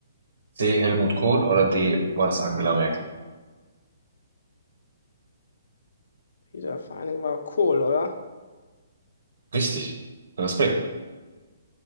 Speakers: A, on the right (about 70°); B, on the left (about 80°).
A: C. Helmut Kohl? Oder D. war das Angela Merkel?
B: Wiedervereinigung war Kohl, oder?
A: Richtig. Respekt.